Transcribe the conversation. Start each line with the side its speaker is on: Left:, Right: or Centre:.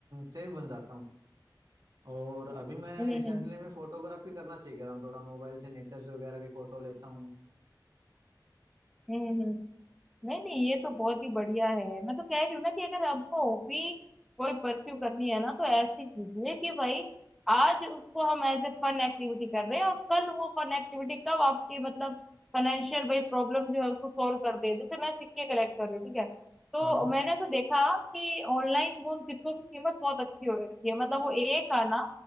Right: सेफ बन जाता हूँ और अभी मैं
Centre: हम्म
Right: रिसेंटली
Centre: हम्म हम्म
Right: मैं फोटोग्राफी करना सीख रहा हूँ थोड़ा मोबाइल से नेचर वगैरह की फोटो लेता हूँ
Centre: हम्म, हम्म, नहीं नहीं ये तो बहुत ही बढ़िया है मैं तो कह रही हूँ ना कि अगर आपको हॉबी कोई परस्यू करनी है ना तो ऐसी कीजिए कि भाई आज उसको हम एज ए फन एक्टिविटी कर रहे हैं और कल वो फन एक्टिविटी कब आपकी मतलब फाइनेंशियल भाई प्रॉब्लम जो है उसको सॉल्व कर दे जैसे मैं सिक्के कलेक्ट कर रही हूँ ठीक है तो
Right: हाँ
Centre: मैंने ऐसा देखा कि ऑनलाइन वो उन सिक्कों की कीमत बहुत अच्छी हो रखी है मतलब वो एक आना